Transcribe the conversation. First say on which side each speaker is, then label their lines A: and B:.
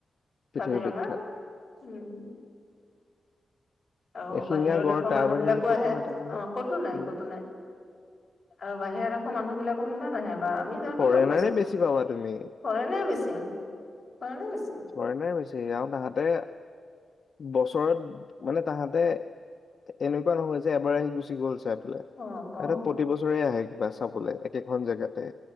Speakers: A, on the left; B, on the left.
A: পৃথিৱী
B: কাজিৰঙা
A: বিখ্যাত
B: উম আৰু
A: এশিঙীয়া
B: বাহিৰৰ
A: গড়
B: দেশৰ
A: তাৰ
B: মানুহ
A: বাহিৰে
B: বিলাকো
A: ক'তো
B: আহে
A: নাথাকে ন
B: অ কতো নাই
A: উম
B: কতো নাই আৰু বাহিৰা দেশৰৰ মানুহ বিলাকো কিমান আহে। আমি যাওঁতে
A: ফৰেনাৰে
B: লগ পাইছো
A: বেছি পাবা তুমি
B: ফৰেনে বেছি আৰু ফৰেণ বেছি
A: ফৰেনা বেছি আৰু তাহাঁতে বছৰত মানে তাহাঁতে এনেকুৱা নহয় যে এবাৰ আহি গুচি গ'ল চাই এ
B: অ অ
A: প্ৰতি বছৰে আহে কিবা চাবলৈ একেখন জেগাতে